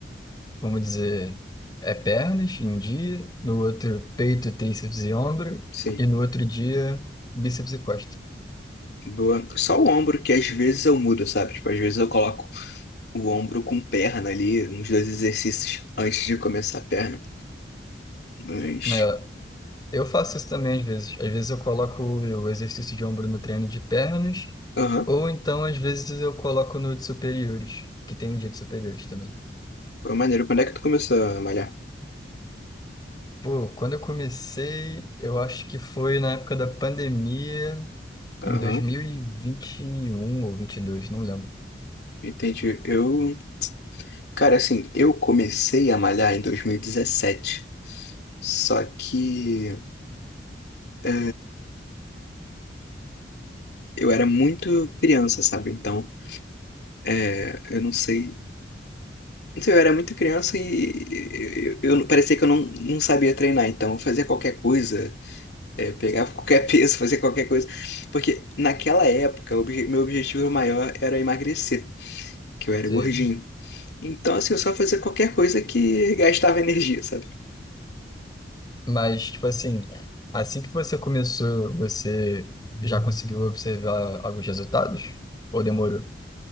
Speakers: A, on the left; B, on the left.
A: vamos dizer, é pernas em um dia, no outro peito, tríceps e ombro,
B: Sim.
A: e no outro dia, bíceps e costa.
B: Boa. Só o ombro, que às vezes eu mudo, sabe? Tipo, às vezes eu coloco o ombro com perna ali, uns dois exercícios antes de começar a perna. Mas.
A: É, Eu faço isso também às vezes. Às vezes eu coloco o exercício de ombro no treino de pernas,
B: Aham.
A: ou então às vezes eu coloco no de superiores, que tem um dia de superiores também.
B: Foi maneiro. Quando é que tu começou a malhar?
A: Pô, quando eu comecei, eu acho que foi na época da pandemia,
B: Aham.
A: em 2021 ou 22, não lembro.
B: Entendi. Eu. Cara, assim, eu comecei a malhar em 2017. Só que. é, eu era muito criança, sabe? Então. É, eu não sei Não sei, Eu era muito criança e eu, eu- parecia que eu não, não sabia treinar, então eu fazia qualquer coisa, é, pegava qualquer peso, <laughs> fazia qualquer coisa. Porque naquela época, o obje- meu objetivo maior era emagrecer, que eu era
A: Sei.
B: gordinho. Então, assim, eu só fazia qualquer coisa que gastava energia, sabe?
A: Mas, tipo assim, assim que você começou, você já conseguiu observar alguns resultados? Ou demorou?